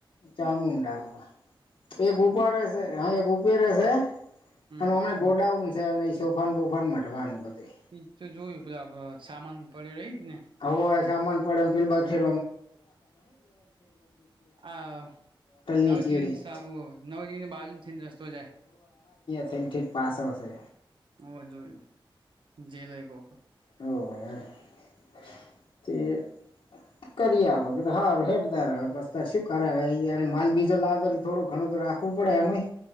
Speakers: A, on the left; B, on the right.
A: ચામુંડા હોય તો એક ઉપર રહેશે હા એક ઉપર રહેશે
B: હમ
A: અને એમને ગોડાઉન છે અને સોફાન બોફાન મઢવાનું બધું
B: <unintelligible> પેલા અ સામાન પડ્યો હોય એજ ને
A: <unintelligible> ચડા નવજી વાટલ
B: આ
A: ની
B: નવજીવનની
A: ચેડી
B: સા નવજીવનની બાજુમાં થઈને રસ્તો જાય
A: <unintelligible> ઠીક પાછળ છે.
B: હ જોય જે લ એક વખત
A: હવ હો તે કરી આપો સારું હેદાર પ શું કરાવ માલ બીજો લાવે થોડો ઘણું તો રાખ પડે એનુઈ